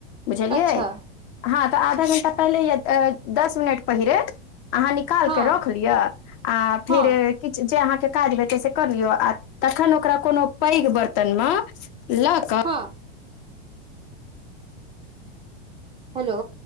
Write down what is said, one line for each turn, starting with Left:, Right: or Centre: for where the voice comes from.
Left: बुझलियै
Right: अच्छा
Left: सँ तऽ आधा घंटा पहिले या दस मिनट पहिरे अहाँ निकाल
Right: हँ
Left: के रख लिय आ फिर
Right: हँ
Left: किछ जे काज भेटै से कर लियौ आ तखन ओकरा कोनो पैघ बर्तन मे लऽ कऽ
Right: हँ हेलो